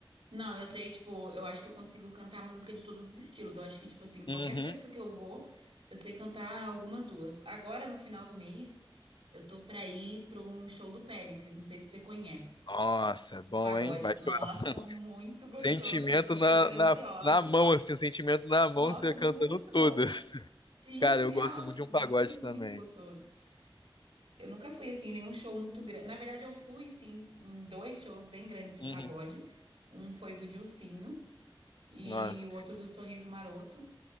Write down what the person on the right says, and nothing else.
Não, eu sei, tipo, eu acho que eu consigo cantar música de todos os estilos. Eu acho que, tipo assim, qualquer
festa que eu vou, eu sei cantar algumas duas. Agora, no final do mês, eu tô pra ir pra um show do Péricles, não sei se você conhece,
de
pagode.
Nossa,
muito gostoso,
eu tô super
ansiosa.
Nossa,
muito
bom.
Sim,
real,
tipo,
deve
ser muito
gostoso. Eu nunca fui, assim, em nenhum show muito grande. Na verdade, eu fui, assim, em dois shows bem grandes de
pagode. Um foi do Dilsinho. e
o outro do Sorriso Maroto.